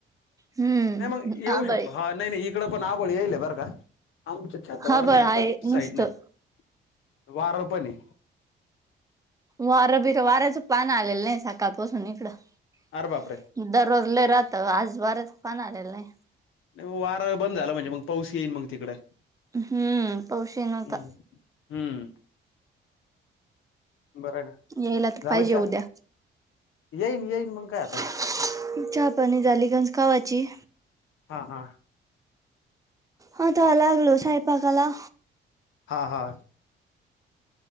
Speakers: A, on the right; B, on the left.
A: हम्म
B: नाही मग येऊ
A: आबळ
B: शकतो हा नाही नाही इकड पण आप ळी येईल बरं का आमच्या छातवर
A: आबळ
B: नाही
A: आहे
B: पण
A: नुसतं
B: साईडने आहे वार पण हे
A: वार बीर वाऱ्याच पान आलेलं नाही सकाळपासून इकडं
B: अरे बापरे
A: दररोज लय राहत आज बारच पण आलेलं नाही
B: नाही मग वार बंद झाला म्हणजे मग पाऊस येईल मग तिकडं
A: हम्म पाऊस ही नव्हता
B: हम् हम्म बरं आहे ना
A: यायला तर
B: झालं
A: पाहिजे
B: छ
A: उद्या
B: येईन येईन मग काय आता
A: चहा पाणी झाली घंज कावाची
B: हा हा
A: हाता लागलो स्वयंपाकाला
B: हा हा